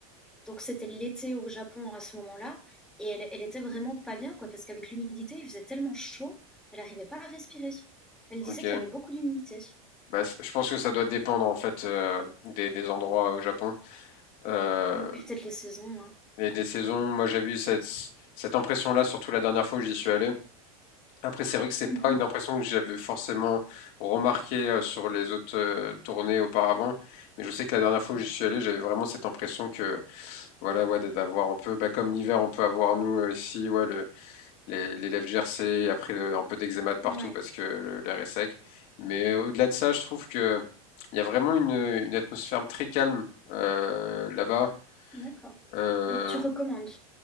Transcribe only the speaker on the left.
Ok.
Bah, c- je pense que ça doit dépendre en fait euh, des, des endroits au Japon euh,
et des saisons. Moi, j'ai vu cette, cette impression-là, surtout la dernière fois où j'y suis allé. Après, c'est vrai que c'est
pas une impression que j'avais forcément remarquée euh, sur les autres euh, tournées auparavant, mais je sais que la dernière fois où j'y suis allé, j'avais vraiment cette impression que, voilà, ouais, d- d'avoir un peu, bah, comme l'hiver, on peut avoir nous euh, ici, ouais, le, les, les lèvres gercées, et après le- un peu d'eczéma de partout
parce que le- l'air est sec. Mais euh, au-delà de ça, je trouve que il y a vraiment une, une atmosphère très calme euh, là-bas.
Euh,